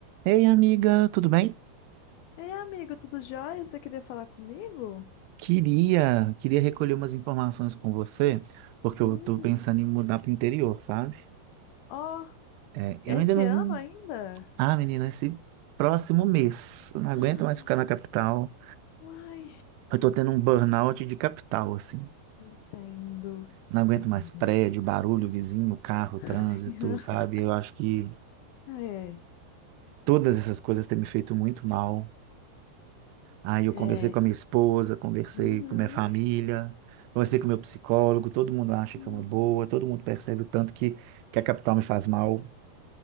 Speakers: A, on the right; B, on the left.
A: Ei, amiga, tudo bem?
B: Ei, amigo, tudo jóia? Você queria falar comigo?
A: Queria, queria recolher umas informações com você, porque
B: Hum,
A: eu tô pensando em mudar pro interior, sabe?
B: ó,
A: É, eu
B: esse
A: ainda não.
B: ano ainda?
A: Ah,
B: <gasps>
A: menina, esse próximo mês, eu não aguento
B: Ah,
A: mais ficar na capital.
B: Uai,
A: Eu tô tendo um burnout de capital, assim.
B: entendo,
A: Não
B: entendo.
A: aguento mais prédio, barulho, vizinho, carro, trânsito,
B: <laughs>
A: sabe? Eu acho que
B: É,
A: todas essas coisas têm me feito muito mal. Aí eu
B: é,
A: conversei com a minha esposa, conversei
B: uhum,
A: com minha família, conversei com meu psicólogo, todo mundo acha
B: uhum,
A: que é uma boa, todo mundo percebe o tanto que, que a capital me faz mal,